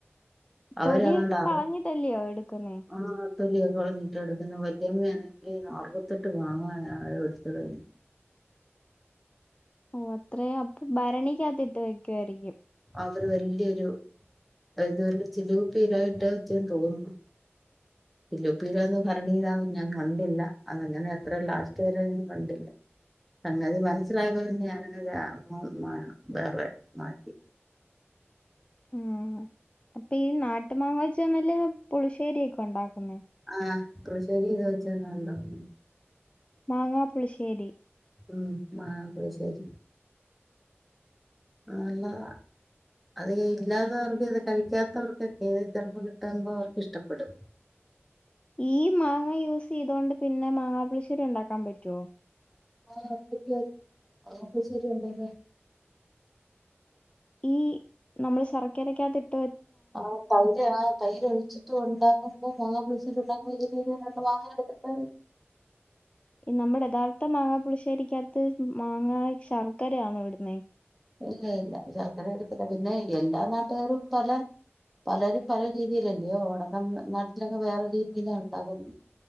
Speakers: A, in the centre; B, on the left.
A: അവരങ്ങാണ്ട്
B: തൊലിയൊക്കെ
A: അറുപത്
B: കളഞ്ഞിട്ടല്ലയോ എടുക്കുന്നേ
A: ആഹ് തൊലിയൊക്കെ കളഞ്ഞിട്ടാ എടുക്കുന്നേ വല്യമ്മണെങ്കി അറുപത്തെട്ട് മാങ്ങായ എട്ത്തത്
B: ഓ അത്രയും അപ്പൊ ഭരണിക്കാത്തിട്ട് വക്കുവായിരിക്കും
A: അവര് വല്യരു <unintelligible> ചില്ലുക്കുപ്പിലാ ഇട്ടുവച്ചെന്ന് തോന്നുന്നു ചില്ലുക്കുപ്പിലാന്നോ ഭരണീലാന്നോ ഞാൻ കണ്ടില്ല അതങ്ങനെ അത്ര ലാസ്റ്റ് വരെയും കണ്ടില്ല സംഗതി മനസ്സിലാകാതെ പിന്നെ ഞാനങ്ങ് <unintelligible> വേറെ മാറ്റി
B: ഉം ട്ടീൻ നാട്ടു മാങ്ങ വച്ച് തന്നെലേ പുളിശ്ശേരിയൊക്കെ ഉണ്ടാക്കുന്നേ ഇപ്പൊ
A: ആ പുളിശ്ശേരി ഇതുവെച്ചന്ന ഉണ്ടാക്കുന്നേ
B: മാങ്ങാ പുളിശ്ശേരി
A: ഉം മാങ്ങ പുളിശ്ശേരി നല്ലതാ അത് ഇല്ലാതവർക്കും ഇത് കഴിക്കാത്തവർക്കൊക്കെ ഇതു ചിലപ്പോ കിട്ടുമ്പോ അവർക്ക് ഇഷ്ടപ്പെടും
B: ഈ മാങ്ങ യൂസ് ചെയ്തോണ്ട് പിന്നെ മാങ്ങാപ്പുളിശ്ശേരി ഉണ്ടാക്കാൻ പറ്റുവോ
A: ആ പറ്റുവായിരിക്കും മാങ്ങാപ്പുളിശ്ശേരി ഉണ്ടാക്കാൻ
B: ഈ നമ്മള് ശർക്കരക്കകത്ത്
A: ആ തൈര് ആ തൈര് ഒഴിച്ചിട്ടും ഉണ്ടാക്കും മാങ്ങാ പുളിശ്ശേരി ഉണ്ടാക്കുമ്പോ <unintelligible> രണ്ടുമാങ്ങാ എടുത്തട്ട്
B: ഈ നമ്മുടെ യഥാർഥ മാങ്ങാ പുളിശേരിയകത്ത് മാങ്ങാ ശർക്കരയാന്നോ ഇടുന്നെ
A: ഇല്ല ഇല്ല ശർക്കര ഇടത്തില്ല പിന്നെ എല്ലാ നാട്ടുകാരും പല പലരും പല രീതിയിലല്ലയോ <unintelligible> നാട്ടിലൊക്കെ വേറെ രീതിയിലാ ഉണ്ടാക്കുന്നേ